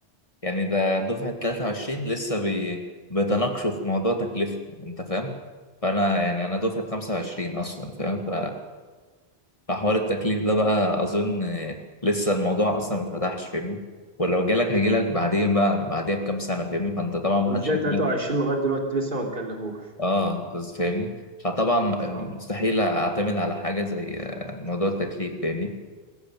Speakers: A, on the left; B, on the right.
A: يعني ده دفعة 23 لسه بي... بيتناقشوا في موضوع تكلفة انت فاهم فانا يعني انا دفعة 25 اصلا فاهم ف... فحوار التكليف ده بقى اظن لسه الموضوع اصلا ما اتفتحش فاهمني ولو جالك هيجيلك بعدين بقى بعديها بكام سنة فاهمني فانت طبعا ما
B: طب ازاي
A: حدش هيجيلك
B: 23 لغايه دلوقتي لسه ما تكلفوش
A: اه بس فاهمني فطبعا
B: اه
A: مستحيل اعتمد على حاجة زي موضوع التكليف فاهمني